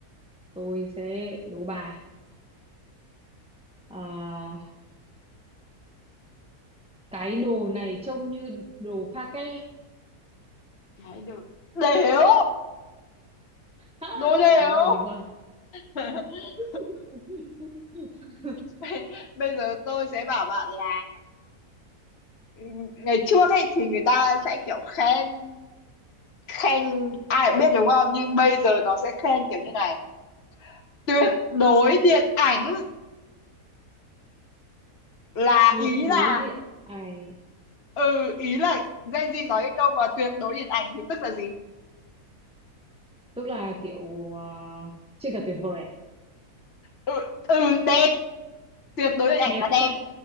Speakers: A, in the centre; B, on the left.
A: tôi sẽ đố bà à, cái đồ này trông như đồ pha ke
B: cái được đéo
A: Ha!
B: đồ đểu
A: đúng rồi đúng rồi
B: <laughs>
A: <laughs>
B: bây, bây giờ tôi sẽ bảo bạn là ừ, ngày trước ấy thì người ta sẽ kiểu khen khen ai cũng biết đúng không nhưng bây giờ nó sẽ khen kiểu như này tuyệt đối điện ảnh là
A: tuyệt
B: ý
A: đối
B: là
A: điện ảnh
B: ừ ý là Gen Z nói cái câu mà tuyệt đối điện ảnh thì tức là gì
A: tức là kiểu à, trên cả tuyệt vời à
B: ừ, ừ đẹp tuyệt đối điện ảnh
A: đẹp
B: là đẹp
A: trên